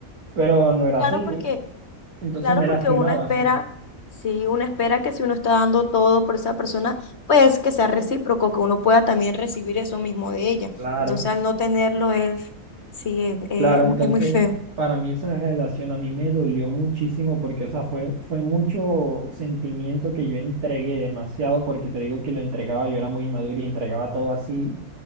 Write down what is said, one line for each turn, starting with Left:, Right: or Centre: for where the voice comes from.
Right: Pero no era
Left: Claro
Right: así.
Left: porque,
Right: Entonces
Left: claro
Right: me
Left: porque
Right: lastimaba,
Left: uno espera,
Right: sí.
Left: sí, uno espera que si uno está dando todo por esa persona, pues que sea recíproco, que uno pueda también recibir eso mismo de ella.
Right: Claro.
Left: Entonces al no tenerlo es, sí, es, es
Right: Claro, entonces
Left: es muy feo.
Right: para mí esa relación a mí me dolió muchísimo porque, o sea, fue, fue mucho sentimiento que yo entregué demasiado porque te digo que lo entregaba, yo era muy maduro y entregaba todo así,